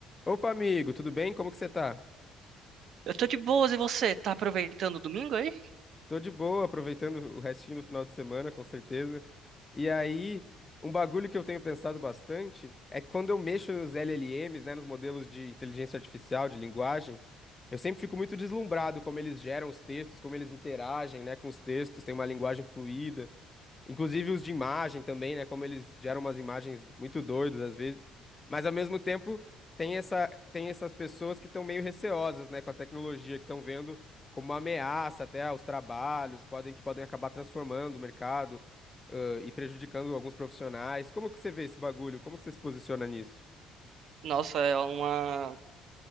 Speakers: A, on the left; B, on the right.
A: Opa, amigo, tudo bem? Como que você tá?
B: Eu tô de boas e você? Tá aproveitando o domingo aí?
A: Tô de boa, aproveitando o restinho do final de semana, com certeza. E aí, um bagulho que eu tenho pensado bastante é que quando eu mexo nos LLMs, né, nos modelos de inteligência artificial, de linguagem, eu sempre fico muito deslumbrado como eles geram os textos, como eles interagem, né, com os textos, tem uma linguagem fluida. Inclusive os de imagem também, né? Como eles geram umas imagens muito doidas às vezes. Mas ao mesmo tempo tem essa, tem essas pessoas que estão meio receosas, né, com a tecnologia, que estão vendo como uma ameaça até aos trabalhos, podem que podem acabar transformando o mercado, ãh, e prejudicando alguns profissionais. Como que você vê esse bagulho? Como que você se posiciona nisso?
B: Nossa, é uma.